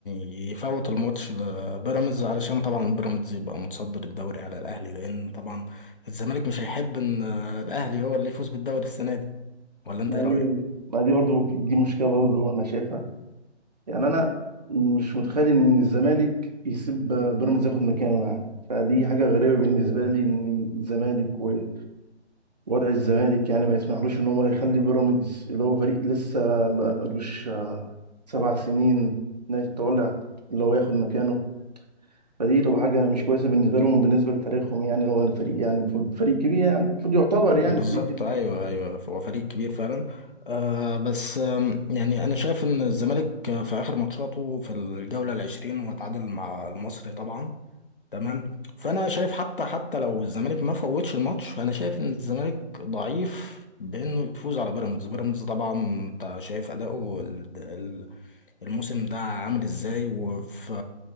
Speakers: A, on the left; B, on the right.
A: يفوت الماتش لبيراميدز علشان طبعا بيراميدز يبقى متصدر الدوري على الاهلي لان طبعا الزمالك مش هيحب ان الاهلي هو اللي يفوز بالدوري السنه دي ولا انت
B: بعدين
A: ايه رايك
B: ما دي برضو دي مشكله برضو انا شايفها يعني انا مش متخيل ان الزمالك يسيب بيراميدز ياخد مكانه يعني فدي حاجه غريبه
A: أو-
B: بالنسبه لي ان الزمالك ووضع الزمالك يعني ما يسمحلوش ان هو يخلي بيراميدز اللي هو فريق لسه بقالوش سبع سنين إنه يتولع اللي هو ياخد مكانه فدي تبقى حاجة مش كويسة بالنسبة لهم بالنسبة لتاريخهم يعني لو أنا فريق يعني فريق كبير يعني المفروض يعتبر يعني
A: بالظبط
B: فريق كبير
A: ايوه ايوه هو فريق كبير فعلا آه بس آم، يعني انا شايف ان الزمالك في اخر ماتشاته في الجوله العشرين هو تعادل مع المصري طبعا تمام فانا شايف حتى حتى لو الزمالك ما فوتش الماتش انا شايف ان الزمالك ضعيف بانه يفوز على بيراميدز بيراميدز طبعا انت شايف اداؤه ال- ال- الموسم ده عامل ازاي وفي